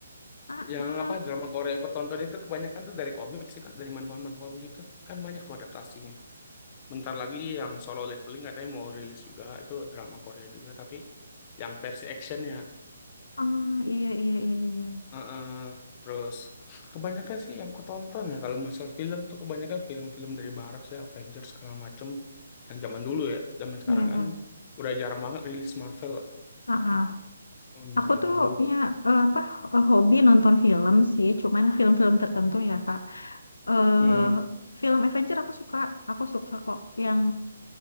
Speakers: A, on the left; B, on the left.
A: Ah,
B: yang
A: ah.
B: apa drama Korea yang ku tonton itu kebanyakan tuh dari komik sih kak, dari manhwa-manhwa begitu. Kan banyak tuh adaptasinya. Bentar lagi yang Solo Leveling katanya mau rilis juga, itu drama Korea juga, tapi yang versi actionnya.
A: Ah, iya iya iya iya.
B: Heeh. Terus kebanyakan sih yang ku tonton ya kalau masalah film tuh kebanyakan film-film dari barat sih Avengers segala macem yang zaman dulu ya zaman sekarang
A: Ya.
B: kan udah jarang banget rilis Marvel
A: ah
B: Hmm,
A: Aku
B: yang
A: tuh
B: dulu
A: punya eh, apa eh, hobi nonton film sih, cuman film-film tertentu ya Kak. eh
B: hmm,
A: film Avenger aku suka, aku suka kok yang